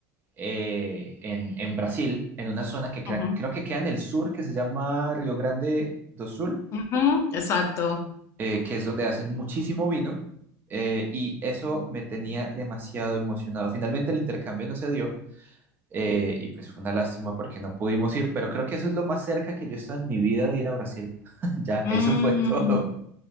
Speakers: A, on the right (about 25°); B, on the left (about 40°).
A: eh, en, en Brasil, en una zona que crea-
B: Ujú,
A: creo que queda en el sur, que se llama Río Grande do Sul.
B: ujú, Exacto.
A: eh, que es donde hacen muchísimo vino, eh, y eso me tenía demasiado emocionado. Finalmente el intercambio no se dio, eh, y pues fue una lástima porque no pudimos ir, pero creo que eso es lo más cerca que yo he estado en mi vida de ir a Brasil. <laughs> Ya,
B: Mm,
A: eso fue todo.